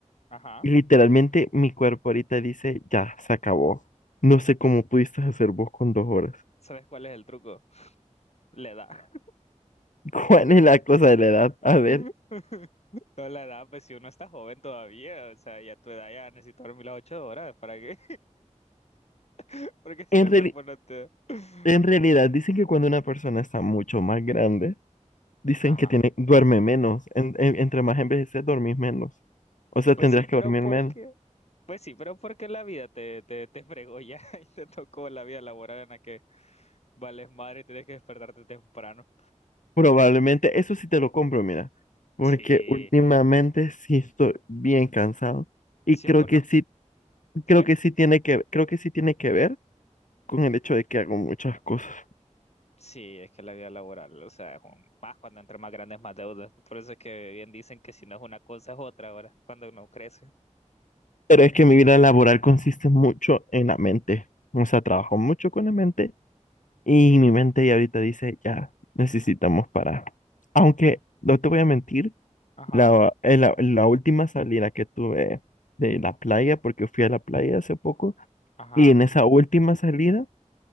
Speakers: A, on the left; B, on the left.
A: ajá,
B: y literalmente mi cuerpo ahorita dice, ya, se acabó. No sé cómo pudiste hacer vos con dos horas.
A: ¿sabes cuál es el truco? Le da.
B: <laughs> ¿Cuál es la cosa de la edad? A ver,
A: <laughs> no la edad, pues si uno está joven todavía, o sea, y a tu edad ya necesito dormir las ocho horas, ¿para qué? <laughs> Porque si
B: en
A: no el
B: reali-
A: cuerpo no te... <laughs>
B: en realidad dicen que cuando una persona está mucho más grande, dicen
A: Ajá.
B: que tiene, duerme menos. En- en- entre más envejeces, dormís menos. O sea,
A: Pues
B: tendrías
A: sí, pero
B: que dormir
A: porque
B: menos.
A: Pues sí, pero porque la vida te, te, te fregó ya <laughs> y te tocó la vida laboral en la que vales madre y tienes que despertarte temprano?
B: Probablemente, eso sí te lo compro, mira, porque
A: Sí,
B: últimamente sí estoy bien cansado y
A: sí
B: creo
A: yo conozco,
B: que sí,
A: ¿sí
B: creo
A: ve?
B: que sí tiene que, creo que sí tiene que ver con el hecho de que hago muchas cosas.
A: Sí, es que la vida laboral, o sea, es un, más cuando entre más grandes más deudas. Por eso es que bien dicen que si no es una cosa es otra ahora, cuando uno crece.
B: Pero es que mi vida laboral consiste mucho en la mente, o sea, trabajo mucho con la mente y mi mente ya ahorita dice, ya necesitamos parar. Aunque no te voy a mentir,
A: Ajá,
B: la, en la, en la última salida que tuve de la playa, porque fui a la playa hace poco,
A: ajá,
B: y en esa última salida